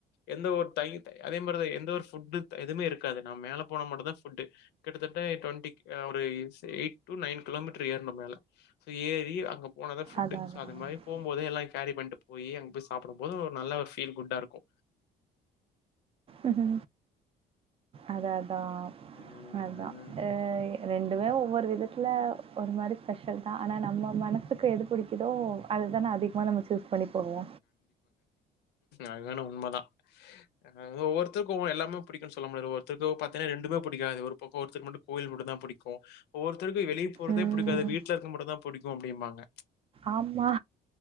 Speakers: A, on the left; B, on the right.
A: எந்த ஒரு டை அதே மாரா தா எந்த ஒரு ஃபுட்டு் எதுமே எடுக்காத. நா மேலே போனா மட்டூ தா ஃபுட்டு. கிட்டத்தட்ட டுவெண்ட்டி கி ஒரு say eight to nine kilometre ஏற்ணு மேல ஏறி அங்கப் போனாதா ஃபுட்டு
B: அதா
A: சோ
B: அதா.
A: அது மாரி போம்போது எல்லாய் கேரி பண்ணிட்டு போய் அங்க போயி சாப்டும் போது ஒரு நல்ல ஃபீல் குட்டா இருக்கூ
B: ம்ஹு அதா அதா
A: ம்.
B: அதா அ ரெண் எதா ஒவ்வொரு விதத்ல ஒரு மாரி ஸ்பெஷல் தா ஆனா நம்ம மனசுக்கு எது புடிக்குதோ அதுதானே அதிகமா நம்ம சூஸ் பண்ணி போவோ
A: அதுவெனா உண்மதா அது ஒவ்வருத்தருக் ஒவ்வொ எல்லாம புடிக்குன் சொல்ல முடியாது ஒருத்தர்கு பாத்தெனா ரெண்டுமே புடிக்காது ஒரு பக்கோ ஒருத்தர் மட்டு கோவில் மட்டுந்தா புடிக்கு ஒவ்வொருத்தருக்கு வெளிய போறதே
B: ம்.
A: புடிக்காது வீட்ல இருக்க மட்டுந்தா புடிக்கு அப்டீம்பாங்க
B: ஆமா